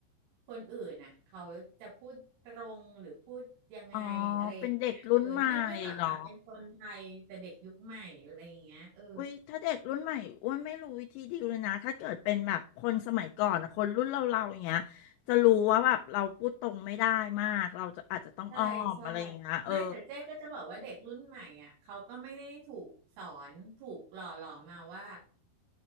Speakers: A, on the right; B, on the left.
A: คนอื่นน่ะเขาจะพูดตรงหรือพูดยังไงอะไรอย่างเงี้ยเออเนื่องด้วยแบบอ่ะเป็นคนไทยแต่เด็กยุคใหม่อะไรอย่างเงี้ยเออ
B: อ๋อเป็นเด็กรุ่นใหม่เหรออุ้ยถ้าเด็กรุ่นใหม่อ้วนไม่รู้วิธีดีลเลยนะถ้าเกิดเป็นแบบคนสมัยก่อนนะคนรุ่นเราเราอย่างเงี้ยจะรู้ว่าแบบเราพูดตรงไม่ได้มากเราจะอาจจะต้องอ้อมอะไรอย่างเงี้ยเออ
A: ใช่ใช่ไม่แต่เจ๊ก็จะบอกว่าเด็กรุ่นใหม่อ่ะเขาก็ไม่ได้ถูกสอนถูกหล่อหลอมมาว่า